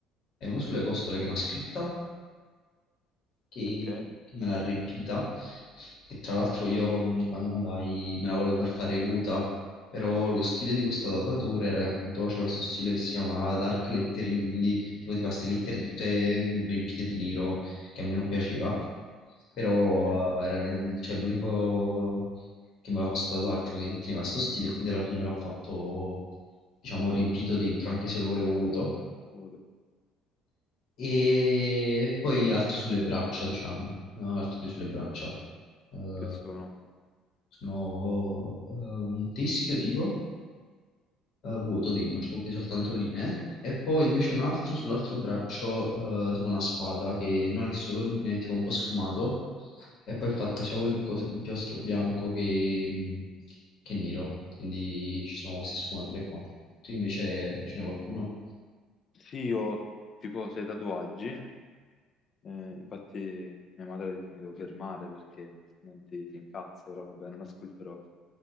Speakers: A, on the left; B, on the left.
A: e uno sulle costole che è una scritta che,
B: Ok,
A: che me l'ha riempita, che tra l'altro io mh, quando andai me la volevo far fare acuta, però lo stile di questo tatuatore era che appunto faceva questo stile che si chiama dark lettering, quindi tipo ti fa queste lettere tutte mh, riempite di nero, che a me non piaceva, però
B: ok.
A: eh, era il- cioè, l'unico che me l'ha fatto sto tatuaggio che teneva sto stile e quindi alla fine me l'ha fatto diciamo riempito dentro, anche se lo volevo vuoto
B: Foto.
A: e poi gli altri sulle braccia, diciamo, no, altri sulle braccia. Eh,
B: Che sono?
A: sono eh, un teschio tipo eh, vuoto dentro,
B: Ok.
A: quindi soltanto linee, e poi invece un altro sull'altro braccio, eh, tipo una spada che non è solo linee, è tipo un po' sfumato, e poi è fatta sia con l'incos- l'inchiostro bianco che, mh, che nero, quindi ci sono queste sfumature qua. Tu invece ce n'è qualcuno?
B: Sì, io ho tipo sei tatuaggi. Eh, infatti mia madre ha detto che mi devo fermare perché altrimenti si incazza, però vabbè, non ascolterò.